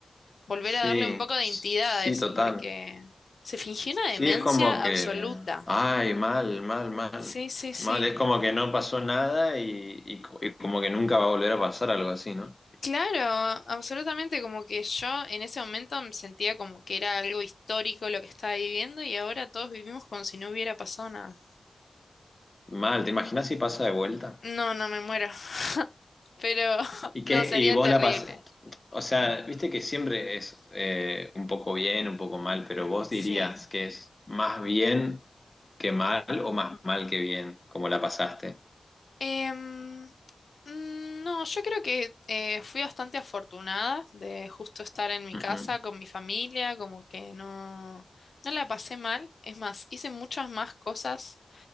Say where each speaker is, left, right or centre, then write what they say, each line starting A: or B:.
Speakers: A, on the left; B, on the left.
A: volver
B: Sí,
A: a darle un poco de
B: s-
A: entidad
B: sí,
A: a eso,
B: total.
A: porque se fingió una
B: Sí,
A: demencia
B: es como que,
A: absoluta.
B: ay, mal, mal, mal,
A: Sí, sí, sí.
B: mal, es como que no pasó nada y, y co- y como que nunca va a volver a pasar algo así, ¿no?
A: Claro, absolutamente, como que yo en ese momento me sentía como que era algo histórico lo que estaba viviendo y ahora todos vivimos como si no hubiera pasado nada.
B: Mal, ¿te imaginas si pasa de vuelta?
A: No, no me muero, <laughs> pero <laughs>
B: Y que,
A: no, sería
B: y vos
A: terrible.
B: la pasás, o sea, viste que siempre es eh, un poco bien, un poco mal, pero vos
A: Sí.
B: dirías que es más bien que mal o más mal que bien, como la pasaste.
A: Em, mm, no, yo creo que eh, fui bastante afortunada de justo estar en mi
B: Ujú.
A: casa con mi familia, como que no, no la pasé mal. Es más, hice muchas más cosas